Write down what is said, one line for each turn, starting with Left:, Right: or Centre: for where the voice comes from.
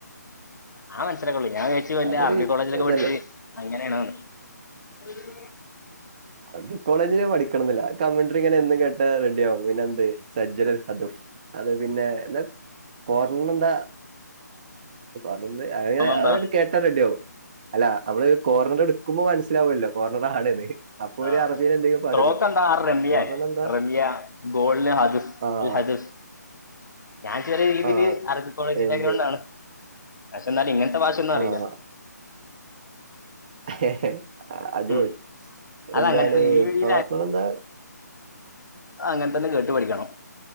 Left: ആഹ് മനസ്സൂനൊക്കെള്ളു ഞാൻ വിചാരിച്ചു വല്ല
Right: അതൊരു
Left: അറബി കോളേജ്ലോക്കെ
Right: ഇതല്ലേ
Left: പട്ച്ച് അങ്ങനെണ് <unintelligible>
Right: അത് കോളേജില് പഠിക്കണംന്ന്ല്ല കമ്മ്യൂണ്ടറി ങ്ങനെ എന്നും കേട്ടാ റെഡി ആവു പിന്നെ എന്ത് സജ്ജദ് അദഫ് അത് പിന്നെ എന്താ കോർണർ എന്താ പറീന്നെ അഹ്ങ്ങനെ
Left: ഉം എന്താ
Right: അഎണ്ട് കേട്ടാ റെഡി ആവു അല്ല അമ്മള് കോർണർ എടുക്കുമ്പോ മനസ്സിലാവൊല്ലോ കോർണർ ആണ്ന്ന് അപ്പൊ
Left: ആ
Right: ഒരു അറബീലെന്തെങ്കിലും പറ്യല്ലോ
Left: സ്ട്രോക്ക് എന്താ ആ റമ്യ
Right: ഓർണറെന്താ
Left: റമ്യ ഗോളിന് ഹദഫ്
Right: ആഹ്
Left: അൽ ഹദഫ് ഞാൻ ചെല രീതിയിയില്
Right: ആഹ്
Left: അറബി കോളേജ്
Right: എന്ത്
Left: ബാക്ക്ഗ്രൗണ്ട് ആണ് പക്ഷ ന്നാലും ഇങ്ങൻത്തെ ബാഷൊന്നും അറിയില്ല
Right: ആഹ് കെ ഹെ അടിപൊളി
Left: ഉം അത്
Right: എന്താണ്
Left: അങ്ങനത്തെ ഈ ഈ
Right: കാരണന്താ
Left: അങ്ങൻതന്നെ കേട്ടു പഠിക്കണം